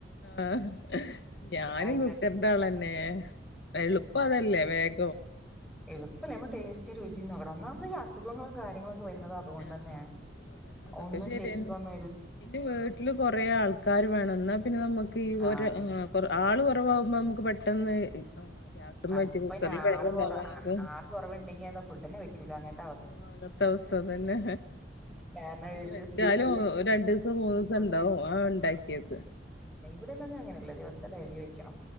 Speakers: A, on the left; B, in the centre.
A: ആഹ ഞാനും
B: ആഴ്ച
A: കുക്കർന്താളന്നെ എളുപ്പതല്ലേ വേഗ
B: എളുപ്പില്ല നമ്മ ടേസ് രുചി നോക്കണം ഒന്നാമത് അുഖും കാര്യ അതുകൊണ്ടന്നെ
A: ആഹ് അതുകൊണ്ട് അതന്നെ അതൊക്കെ
B: ഒന്നും
A: ശരിയന്നെ
B: ശരിക്കുംന്ന
A: പിന്നെ വീട്ടില് കൊറെേ ആൾക്കാാര് വേണം എന്നാ പിന്നെ നമ്മുക്ക് ഈ
B: ആഹ്
A: കൊ ആള് കുറവകുമ്പോ നമുക്ക് പെട്ടെന്ന് ആഹ് ഗ്യാസ്മ്മെ
B: ആ്പ്പൊ
A: വെച്ച് കുക്കറിൽ
B: ഇന്ന ആ
A: വേഗം ഇണ്ടാവാൻ
B: കൊറ
A: നോക്കും
B: ആള് കുറവുണ്ടെങ്കി അ ഫുഡിനെ വെക്കൂല അങ്ങനെ
A: ആ അങ്ങത്തെ അവസ്ഥ തന്നെ
B: കാരണം ഒരു
A: വെച്ചാലും
B: ദിവസത്തിനുള്ള
A: രണ്ടു ദിവസം മൂന്നു ദിവസം
B: ഫുഡ്
A: ഇണ്ടാവും ആ ഉണ്ടാക്കിയത്
B: ഇവിടെന്തന്നും അങ്ങനെയല്ല ദിവസത്തെ ഡെയിലി വെക്കണം